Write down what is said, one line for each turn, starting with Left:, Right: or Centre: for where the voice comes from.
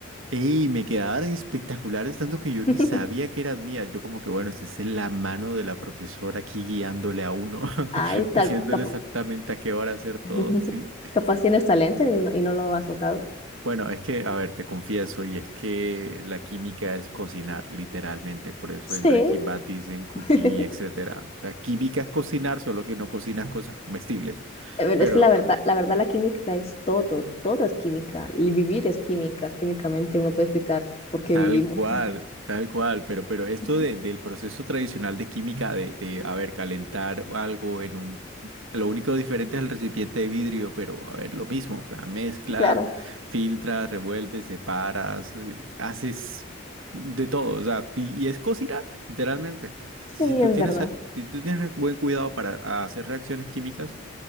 Right: Y me quedaron espectaculares, tanto que
Left: <laughs>
Right: yo ni sabía que eran mías. Yo como que, bueno, esta es la mano de la profesora aquí guiándole a uno, <laughs>
Left: Ay,
Right: diciéndole
Left: tal, sí, cap-
Right: exactamente a qué hora hacer todo,
Left: <laughs>
Right: ¿sí?
Left: capaz tienes talento y no, y no lo has notado.
Right: Bueno, es que, a ver, te confieso, y es que la química es cocinar, literalmente. Por eso
Left: Sí,
Right: en Breaking Bad dicen cooking
Left: <laughs>
Right: y etcétera. O sea, química es cocinar, solo que no cocinas <laughs> cosas comestibles.
Left: pero
Right: Pero
Left: es que la verdad, la verdad la química es todo, todo es química, el vivir es química, químicamente uno puede explicar por qué
Right: Tal
Left: vivimos.
Right: cual, tal cual, pero, pero esto
Left: Ujú.
Right: de- del proceso tradicional de química, de, de, a ver, calentar algo en un... Lo único diferente es el recipiente de vidrio, pero a ver, lo mismo, o sea, mezclas,
Left: Sí, Claro,
Right: filtras, revuelves, separas, eh, haces de todo, o sea, y, y es cocinar, literalmente.
Left: sí,
Right: Si, si tú
Left: es
Right: tienes,
Left: verdad,
Right: eh, si tú tienes buen cuidado para hacer reacciones químicas,